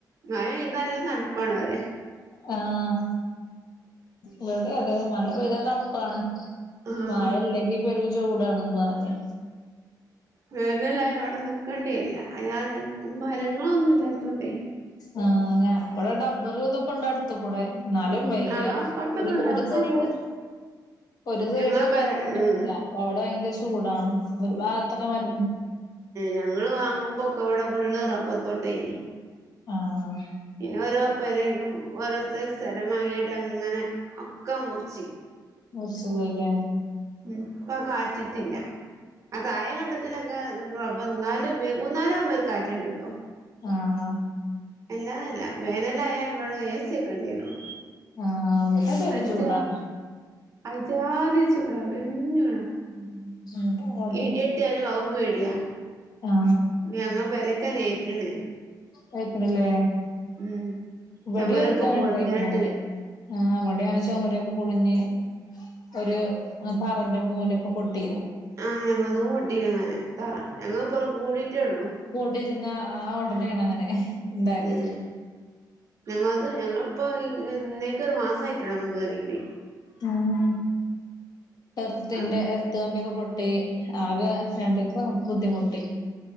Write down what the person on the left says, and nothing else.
ആഹ ഇവിടെ അതെ മഴ പെയ്താ തണുപ്പാണ്.
മഴ അല്ലെങ്കിൽ പെരും ചൂടാണന്ന് പോാനല്ലേ
ആ് ഞ ഇപ്പടെ ഡബ്ബർ ഇതൊക്കെ ഉണ്ട് അടുത്ത കൂടെ. എന്നാലും വെയില്
ഒരു
സൈഡ്
ഒരു സൈഡ്
മരങ്ങൊന്നല്ല.
അവിടെ ഭയങ്കര ചൂടാണ്, ഒരു ഭാഗത്തൊക്കെ മരുണ്ട്.
ആഹ്
ഒരു സുഖമില്ല.
ആഹ്.
ആ ഇവിടെ പെരും
ചൂടാണ്
ഉം ഇവിടെ അതെ
ആ
ആയിട്ടണല്ലേ
ഇ വടി
വെക്കാന
ഉണ്ടായിരിക്കണ അങ്ങനെ. ആ അവിടെയാണച്ചമ്മരൊക്കെ പൊളിഞ്ഞ്, ഒരു പറന്റെ മൂവിലൊക്കെ പൊട്ടിു
കൂടിരുന്ന ആ ഓടനെ ആണ് അങ്ങനെ ഉണ്ടായത്
ഉം എറുത്തിന്റെ
എറുത്ത് കമ്പിയൊക്കെ പൊ ട്ടി ആകെ രണ്ടിവസം ബുദ്ധിമുട്ടി